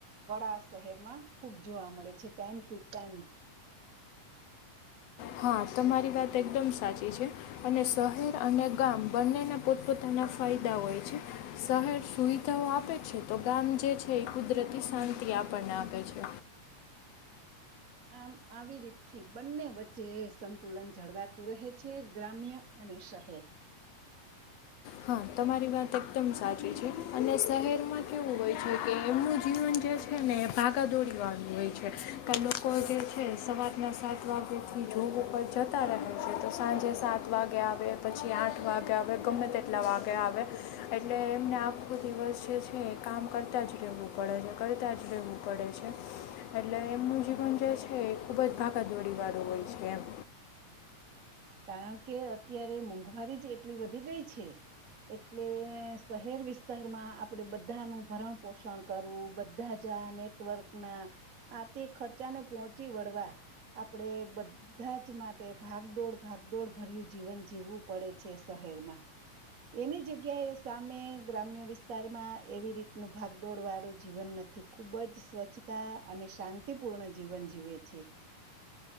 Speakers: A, on the right (about 45°); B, on the left (about 80°).
A: કળા શહેરમાં ખુબ જોવા મળે છે ટાઈમ ટૂટાન
B: હા તમારી વાત એકદમ સાચી છે અને શહેર અને ગામ બંનેને પોતપોતાના ફાયદા હોય છે શહેર સુવિધાઓ આપે છે તો ગામ જે છે એ કુદરતી શાંતિ આપણને આપે છે.
A: આમ આવી રીતથી બંને વચ્ચે સંતુલન જળવાતું રહે છે ગ્રામ્ય અને શહેર
B: હા તમારી વાત એકદમ સાચી છે અને શહેરમાં કેવું હોય છે કે એમનું જીવન જે છે ને એ ભાગા દોડીવાળનું હોય છે કે લોકો જે છે સવારના સાત વાગેથી જોગ ઉપર જતા રહે છે તો સાંજે સાત વાગે આવે પછી આઠ વાગે આવે ગમે તે કેટલા વાગે આવે એટલે એમને આખો દિવસ જે છે એ કામ કરતા જ રહેવું પડે છે કરતા જ રહેવું પડે છે એટલે એમનું જીવન જે છે એ ખૂબ જ ભાગાદોરી વાળું હોય છે એમ
A: કારણ કે અત્યારે મોંઘવારી જ એટલી વધી ગઈ છે એટલે શહેર વિસ્તારમાં આપડે બધાનું ભરણ પોષણ કરવું બધા જ આ નેટવર્ક ના આ તે ખર્ચાને પહોંચી વળવા આપડે બધા જ માટે ભાગદોડ ભાગદોડ ભર્યું જીવન જીવવું પડે છે શહેરમાં એની જગ્યાએ સામે ગ્રામ્ય વિસ્તારમાં એવી રીતનું ભાગદોડ વાળું જીવન નથી ખૂબ જ સ્વચ્છતા અને શાંતિપૂર્ણ જીવન જીવે છે